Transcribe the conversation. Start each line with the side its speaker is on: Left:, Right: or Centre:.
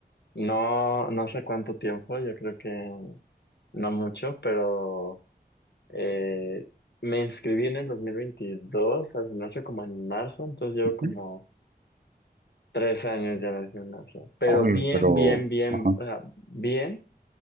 Left: no, no sé cuánto tiempo, yo creo que no mucho, pero eh, me inscribí en el 2022 al gimnasio como en marzo, entonces llevo
Right: Ujú.
Left: como tres años ya en el gimnasio, pero
Right: Uy,
Left: bien,
Right: pero...
Left: bien, bien,
Right: Ajá.
Left: o sea, bien